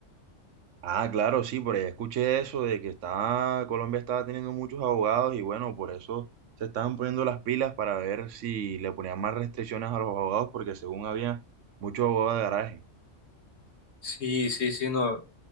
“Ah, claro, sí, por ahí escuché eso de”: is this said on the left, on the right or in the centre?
Right